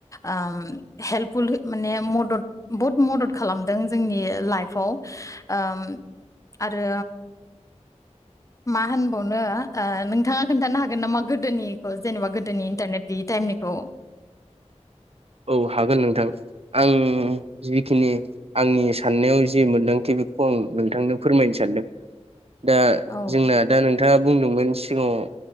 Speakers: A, on the left; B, on the right.
A: ओ हेल्पफुल माने मदद बुहुद मदद खालामदों जोंनि लाइफआव। ओम आरो मा होनबावनो ओ नोंथाङा खोन्थानो हागोन नामा गोदोनिखौ जेनेबा गोदोनि इन्टारनेट गैयि टाइमनिखौ?
B: औ हागोन नोंथां आं उम जिखिनि आंनि साननायाव जे मोनदांथिबेखौ आं नोंथांनो फोरमायनो सानदों। दा
A: औ
B: जोंना दा नों नोंथाङा बुंदोंमोन सिगाङाव